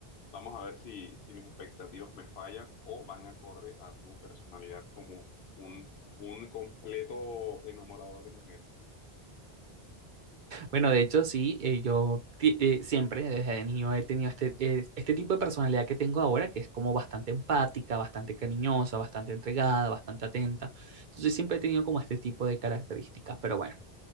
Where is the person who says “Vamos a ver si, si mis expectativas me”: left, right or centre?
Left